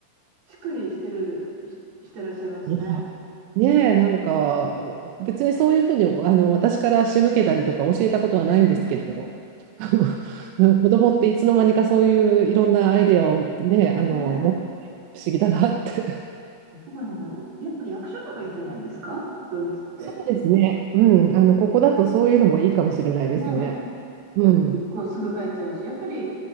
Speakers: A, on the right; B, on the right.
A: しっかりしてる、ししてらっしゃいますね。
B: いやねえ、なんか、別にそういうふうに、あの、私から仕向けたりとか教えたことはないんですけど、
A: <laughs>
B: <laughs> なんか子供っていつの間にかそういういろんなアイデアをね、あの、
A: ねえ、
B: 持ってて不思議だなって。<laughs>
A: どこがいいんだろう。やっぱり役所とかいいんじゃないですかドイツって。
B: そうですね。うん、あの、ここだとそういうのもいいかもしれないですね。
A: ね
B: うん。
A: え、結構すぐ帰っちゃうし、やっぱり、